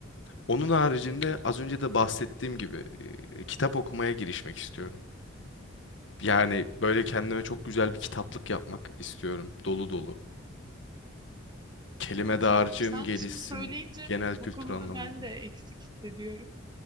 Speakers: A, on the left; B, on the right.
A: Onun haricinde az önce de bahsettiğim gibi e, kitap okumaya girişmek istiyorum. Yani böyle kendime çok güzel bir kitaplık yapmak istiyorum. Dolu dolu. Kelime
B: Evet
A: dağarcığım
B: ya sen
A: gelişsin
B: şimdi söyleyince
A: genel kültür
B: bu konuda
A: anlamında.
B: ben de eksik hissediyorum.